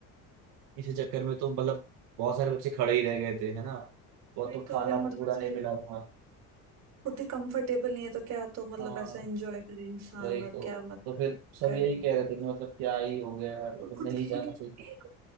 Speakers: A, on the right; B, on the right.
A: इसी चक्कर में तो मतलब बहुत सारे बच्चे खड़े ही रह गए थे है ना वो
B: वही
A: तो खाना
B: तो फिर मतलब
A: भी पूरा
B: ऐसे
A: नहीं मिला था
B: खुद ही कंफर्टेबल नहीं है तो क्या तो मतलब
A: हाँ
B: ऐसा एंजॉय करे इंसान
A: वही
B: और
A: तो
B: क्या मत
A: तो फिर सब
B: करे
A: यही कह रहे थे कि मतलब क्या ही हो गया यार मतलब
B: खुद
A: नहीं
B: के
A: जाना
B: लिए
A: चाहिए था
B: एक,